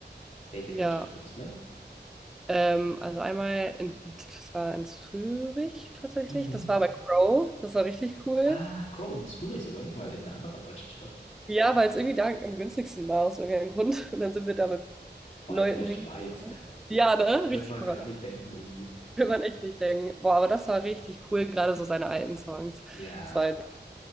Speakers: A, on the left; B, in the centre.
A: welche
B: Ja.
A: deutsche Künstler?
B: Ähm, also einmal, in, das war in Zürich tatsächlich.
A: Mhm.
B: Das war bei Crow. Das war richtig cool.
A: Ah, Crow in Zürich sogar, nicht mal in einer anderen deutschen Stadt.
B: Ja, weil es irgendwie da am günstigsten war, aus irgendeinem Grund. Und dann sind wir da mit
A: Vor
B: Leuten
A: allem in der Schweiz.
B: hingefahren. Ja, ne?
A: Wird
B: Richtig
A: man
B: paradox.
A: gar nicht denken irgendwie.
B: Will man echt nicht denken. Boah, aber das war richtig cool, gerade so seine alten Songs.
A: Ja.
B: Das war, halt,